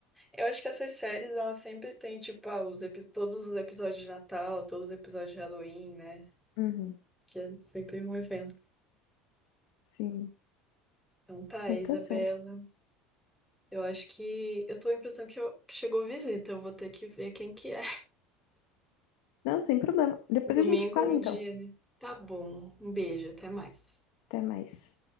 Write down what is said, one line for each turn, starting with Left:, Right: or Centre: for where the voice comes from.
Centre: Eu acho que essas séries, elas sempre têm, tipo, ah, os epi- todos os episódios de Natal, todos os episódios de Halloween, né?
Left: Uhum.
Centre: Que é sempre um evento.
Left: Sim.
Centre: Então tá,
Left: Mas
Centre: Isabela.
Left: tá certo.
Centre: Eu acho que. Eu tô com a impressão que, eu- que chegou visita. Eu vou ter que ver quem que é.
Left: Não, sem problema. Depois
Centre: Domingo
Left: a gente se fala,
Centre: é
Left: então.
Centre: o dia, né? Tá bom. Um beijo, até mais.
Left: Até mais.